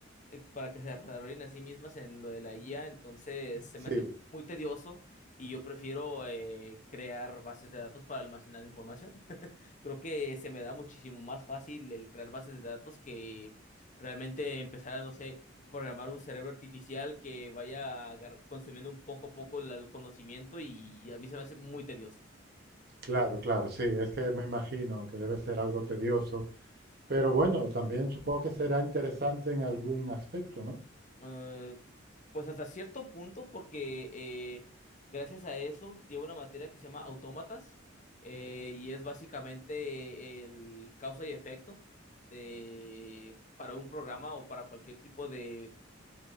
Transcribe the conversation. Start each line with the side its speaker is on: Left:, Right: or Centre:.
Left: eh, para que se desarrollen a sí mismas en lo de la IA. Entonces, se
Right: Sí,
Left: me hace muy tedioso y yo prefiero eh, crear bases de datos para almacenar información. <laughs> Creo que se me da muchísimo más fácil el crear bases de datos que realmente empezar a, no sé, programar un cerebro artificial que vaya agar- consumiendo un poco a poco el el conocimiento y a mí se me hace muy tedioso.
Right: claro, claro, sí. Es que me imagino que debe ser algo tedioso. Pero bueno, también supongo que será interesante en algún aspecto, ¿no?
Left: Eh, pues hasta cierto punto, porque eh, gracias a eso llevo una materia que se llama autómatas eh, y es básicamente el causa y efecto de, para un programa o para cualquier tipo de,